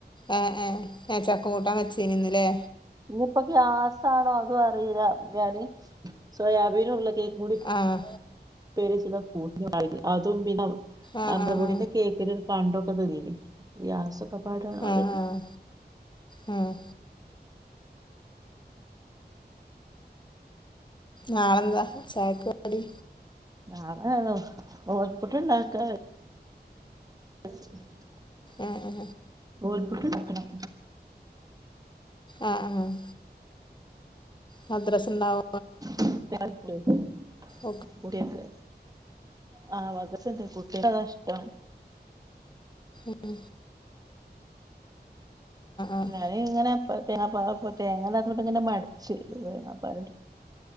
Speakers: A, on the left; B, on the right.
A: ആ ആ ആ ചക്ക കൂട്ടാൻ വെച്ചീന് ഇന്ന് ല്ലേ
B: ഇനിയിപ്പോ ഗ്യാസാണോ അതും അറില്ല ഞാന് സോയാബീനും ഉരുളകിഴങ്ങും കൂടി
A: ആഹ്
B: ഉപ്പേരി വച്ചതാ കൂട്ടി അതും പിന്നെ
A: ആഹ്
B: അമൃതപ്പൊടി
A: ആഹ്
B: കേക്കിന്റെ കണ്ടോക്കെ തീന്നീനി ഗ്യാസൊക്കപ്പാടെ അറിയില
A: ആഹ് ആഹ് ആഹ് ആഹ് നാളെന്താ ചായക്ക് കടി
B: നാളെ നൂൽപ്പുട്ട് ണ്ടാക്കാ <inaudible>
A: ആ ആ
B: നൂൽപുട്ട് ണ്ടാക്കണം
A: ആ ആ മദ്രസ് ണ്ടാവ
B: <unintelligible>
A: ഓക്ക്
B: കുട്ട്യാക്ക് ആ മദ്രറസ് ണ്ട് ന്ത നഷ്ടം
A: ഉം ആഹ്
B: ഞാന് ഇങ്ങനെപ്പേ തേങ്ങപ്പാല് തേങ്ങയില്ലാത്തോണ്ട് ഇങ്ങനെ മടിച്ച് തേങ്ങാപ്പാല